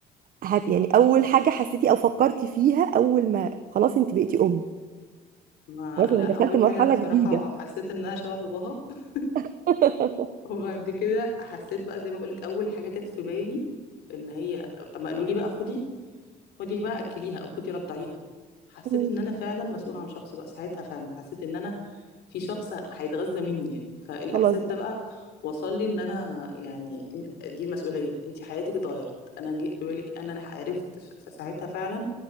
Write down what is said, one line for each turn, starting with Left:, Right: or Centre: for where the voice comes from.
Right: هت يعني اول حاجه حسيتي او فكرتي فيها اول ما خلاص انت بقيتي ام
Left: ما
Right: خلاص
Left: لا
Right: انا دخلت
Left: اول
Right: مرحله
Left: حاجة بصراحة
Right: جديده
Left: حسيت انها شبه باباها <laughs>
Right: <laughs>
Left: وبعد كده حسيت بقى زي ما بقولك اول حاجة جت في بالي ان هي اما قالوا لي بقى خدي خدي بقى اكليها او خدي رضعيها حسيت
Right: مم.
Left: ان انا فعلا مسؤولة عن شخص بقى ساعتها فعلا حسيت ان انا في شخص هيتغذى مني يعني فالاحساس
Right: خلاص بقى
Left: ده بقى وصل لي ان انا يعني دي المسؤولية انت حياتك اتغيرت انا جه في بالك انا عرفت ف- ساعتها فعلا